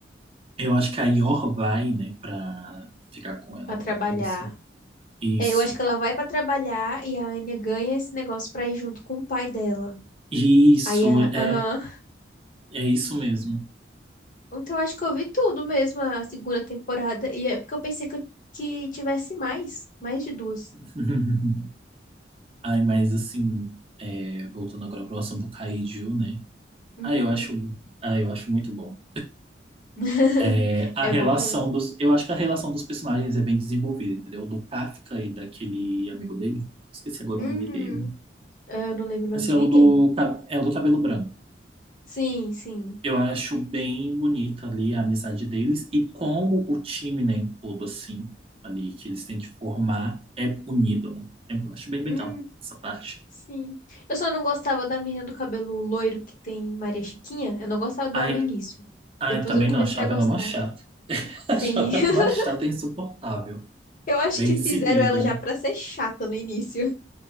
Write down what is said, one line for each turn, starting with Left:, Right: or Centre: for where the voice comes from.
Right: Eu acho que a Yor vai, né, pra ficar com ela,
Left: Pra
Right: alguma
Left: trabalhar.
Right: coisa assim. Isso.
Left: É, eu acho que ela vai pra trabalhar e a Anya ganha esse negócio pra ir junto com o pai dela.
Right: Isso,
Left: Aí a.
Right: é,
Left: Aham.
Right: é isso mesmo.
Left: Então eu acho que eu vi tudo mesmo a segunda temporada. E é porque eu pensei que, eu- que tivesse mais. Mais de duas.
Right: <laughs> Ai, mas assim, é, voltando agora pro assunto Kaiju, né?
Left: Uhum.
Right: Ah, eu acho, ah, eu acho muito bom.
Left: <laughs>
Right: É, a
Left: É
Right: relação
Left: bom mesmo.
Right: dos, eu acho que a relação dos personagens é bem desenvolvida, entendeu? Do Kafka e daquele amigo dele, esqueci agora
Left: Uhum.
Right: o nome dele.
Left: Ah, Eu não lembro o nome
Right: Esse
Left: de
Right: é o
Left: ninguém.
Right: do, ca- é o do cabelo branco.
Left: Sim, sim.
Right: Eu acho bem bonita ali a amizade deles e como o time, né, em todo assim, ali que eles têm que formar é unido, né? É, Eu acho bem legal
Left: Hum,
Right: essa parte.
Left: sim. Eu só não gostava da menina do cabelo loiro que tem Maria Chiquinha. Eu não gostava dela
Right: Ai,
Left: no início.
Right: ai,
Left: Depois
Right: também
Left: eu comecei
Right: não, achava
Left: a gostar.
Right: ela uma chata. <laughs>
Left: Sim.
Right: Achava ela
Left: <laughs>
Right: uma chata insuportável.
Left: Eu acho
Right: Bem
Left: que
Right: exibida.
Left: fizeram ela já pra ser chata no início, <laughs>